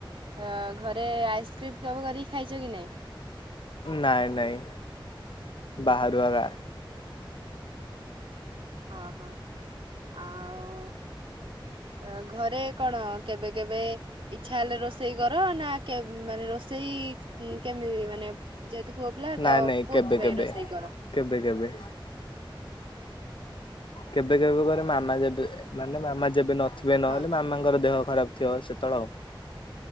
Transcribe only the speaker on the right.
ଅ ଘରେ ଆଇସ୍କ୍ରିମ୍ କେବେ କରିକି ଖାଇଛ କି ନାଇଁ?
ହଁ ହଁ ଆଉ ଅ ଘରେ କଣ କେବେ କେବେ ଇଚ୍ଛା ହେଲେ ରୋଷେଇ କର ନା କେମ୍ ମାନେ ରୋଷେଇ ଉଁ କେମିତି ମାନେ ଯେହେତୁ ପୁଅପିଲା
ତ
କୋଉଥିପାଇଁ
ରୋଷେଇ କର?
ହଁ